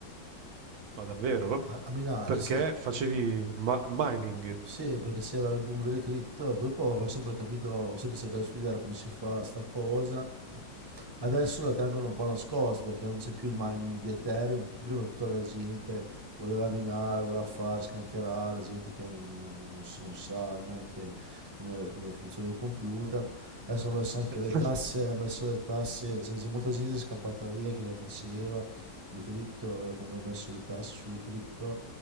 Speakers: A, on the right; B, on the right.
A: ma davvero?
B: A, a minare,
A: Perché
B: sì.
A: facevi ma- mining?
B: Sì, perché c'era il boom delle cripto, e poi dopo ho sempre capito, ho sempre cercato di studiare come si fa sta cosa Adesso la tengono un po' nascosta perché non c'è più il mining di Ethereum. Prima tutta la gente voleva minare, voleva fare, scancherare, gente che non, non s- non sa neanche come, come funziona un computer.
A: Eh,
B: Adesso ha messo anche
A: <laughs>
B: le tasse, ha messo le tasse, cioè, c'è molta gente è scappata via che le faceva, le cripto, da quando ha messo le tasse sulle cripto